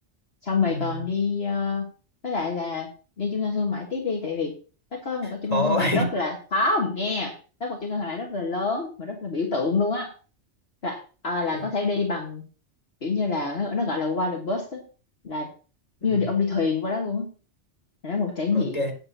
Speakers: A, on the left; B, on the left.
A: xong rồi
B: ừ,
A: còn đi ờ, với lại là đi trung tâm thương mại tiếp đi tại vì nó có một cái trung
B: thôi
A: tâm thương mại rất là không nghe nó có một trung tâm thương mại rất là lớn mà rất là biểu tượng luôn á là à, là
B: <laughs>
A: có thể đi bằng kiểu như là nó, nó gọi là water bus á, là
B: ừ,
A: như đi, ông đi thuyền qua đó luôn á là nó một trải
B: ok
A: nghiệm